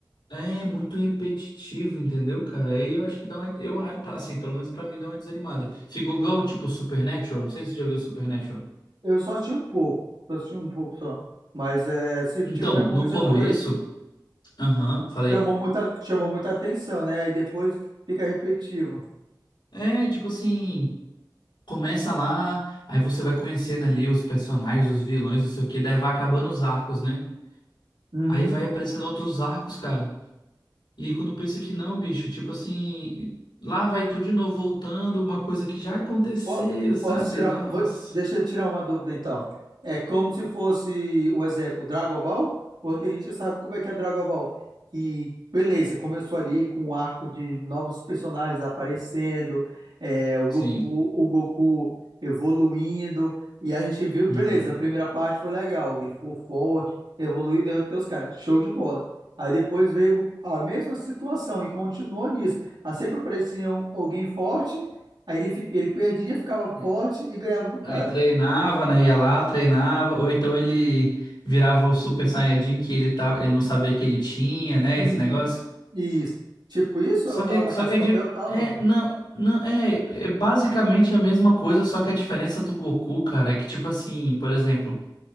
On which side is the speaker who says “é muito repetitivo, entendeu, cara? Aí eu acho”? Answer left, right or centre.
Left